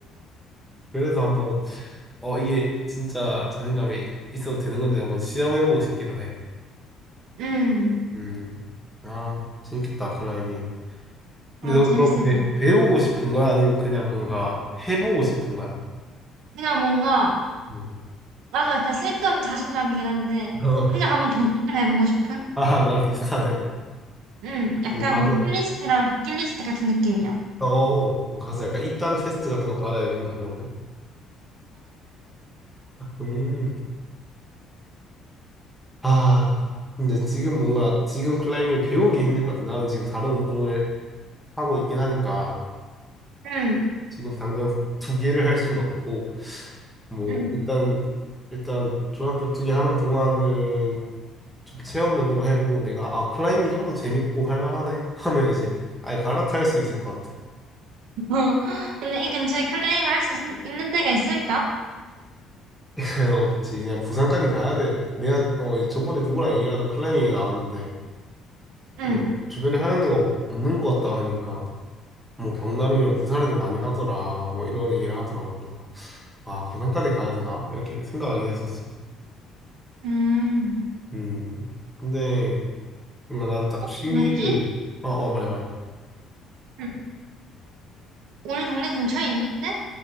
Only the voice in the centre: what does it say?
그래서 한번, 어, 이게 진짜 자신감이 있어도 되는 건지 한번 시험해보고 싶기도 해.
음. 아, 재밌겠다. 클라이밍. 근데
너
그거 배,
배우고 싶은 거야? 아니면 그냥 뭔가 해보고 싶은 거야?
음.
<laughs> 어,
아, 나랑 비슷하네.
우리 가서
어, 어. 가서 약간 입단 테스트 같은 거 받아야 되는 거 아니야, 우리? 음, 아, 근데 지금 뭔가, 지금 클라이밍 배우기 힘들 것 같아. 나는 지금 다른 운동을 하고 있긴 하니까,
지금 당장 두 개를 할 수는 없고, 뭐,
일단, 일단, 종합격 투기 하는 동안은 좀 체험 정도만 해보고, 내가, 아, 클라이밍이 좀 더 재밌고 할만하네? <laughs> 하면 이제, 아예 갈아탈 수 있을 것 같아.
<laughs> 없지. 그냥 부산까지 가야 돼. 내가, 어, 저번에 누구랑 얘기하다 클라이밍이 나왔는데,
네, 주변에 하는 데가 없, 는것 같다 하니까 뭐 경남이면 부산에도 많이 하더라 뭐 이런 얘기를 하더라고 그래서 아 부산까지 가야 되나 이렇게 생각하긴 했었어
음 근데 뭔가 난 딱 취미를
어 어 말해 말해